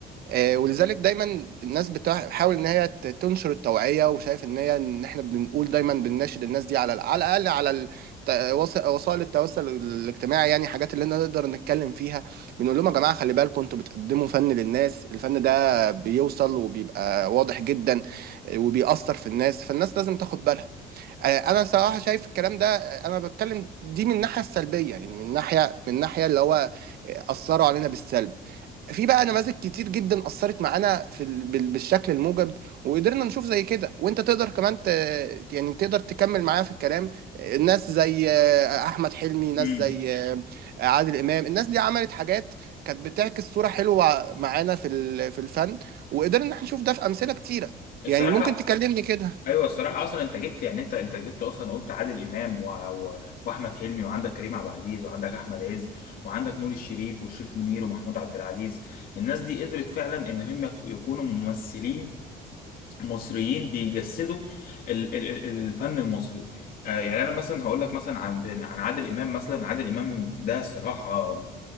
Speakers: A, on the right; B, on the left.
A: آه، ولذلك دايما الناس بتحاول ان هي ت- تنشر التوعيه وشايف ان هي ان احنا بنقول دايما بنناشد الناس دي على ال- على الاقل على الت- وس- وسائل التواصل الاجتماعي يعني حاجات اللي احنا نقدر نتكلم فيها بنقول لهم يا جماعه خلي بالكم انتوا بتقدموا فن للناس الفن ده بيوصل وبيبقى واضح جدا آه، وبيأثر في الناس فالناس لازم تاخد بالها آه، انا صراحه شايف الكلام ده آه، انا بتكلم دي من الناحيه السلبيه يعني من ناحيه من ناحيه اللي هو آه، اثروا علينا بالسلب في بقى نماذج كتير جدا اثرت معانا في ال- بال- بالشكل الموجب وقدرنا نشوف زي كده وانت تقدر كمان ت... يعني تقدر تكمل معايا في الكلام آه، ناس زي آه، احمد حلمي ناس
B: مم.
A: زي آه، عادل امام الناس دي عملت حاجات كانت بتعكس صوره حلوه معانا في ال- في الفن وقدرنا ان احنا نشوف ده في امثله كتيره
B: الصراحة
A: يعني ممكن تكلمني كده
B: ايوه الصراحه اصلا انت جبت يعني انت انت جبت اصلا قلت عادل امام و... و... واحمد حلمي وعندك كريم عبد العزيز وعندك احمد عز وعندك نور الشريف والشريف منير ومحمود عبد العزيز الناس دي قدرت فعلا ان هم يك- يكونوا ممثلين مصريين بيجسدوا ال... ال... ال- الفن المصري آه يعني انا مثلا هقول لك مثلا عن عن عادل امام مثلا عادل امام ده الصراحه